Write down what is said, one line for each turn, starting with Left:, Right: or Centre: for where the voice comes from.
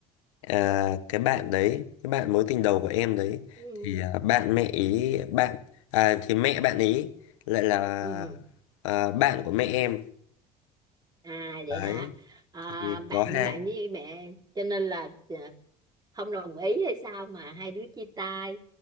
Left: à, cái bạn đấy cái bạn mối tình đầu của em đấy
Right: ừ.
Left: thì à, bạn mẹ ý bạn à, thì mẹ bạn ý lại là
Right: Ừ.
Left: à, bạn của mẹ em
Right: à
Left: đấy
Right: vậy hả à,
Left: thì
Right: bạn
Left: có hai
Right: bạn với mẹ cho nên là à, không đồng ý hay sao mà hai đứa chia tay